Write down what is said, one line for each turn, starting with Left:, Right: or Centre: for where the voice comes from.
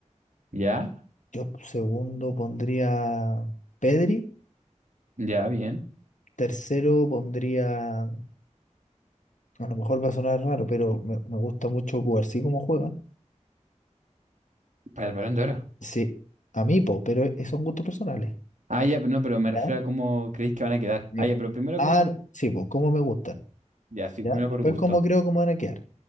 Right: ¿Ya?
Left: Yo segundo pondría Pedri,
Right: Ya, bien.
Left: tercero pondría, a lo mejor va a sonar raro, pero me, me gusta mucho Cubarsí como juega.
Right: Para el Balón de Oro.
Left: Sí, a mí, po, pero e- son gustos personales.
Right: Ah, ya, pero no, pero me refiero
Left: ¿ya?
Right: a cómo creéis que van a quedar.
Left: Me-
Right: Ah, ya, pero primero
Left: Ah,
Right: como...
Left: no, sí, po, cómo me gustan.
Right: Ya, sí,
Left: ¿ya?
Right: primero
Left: Después
Right: por gusto.
Left: cómo creo cómo van a quedar.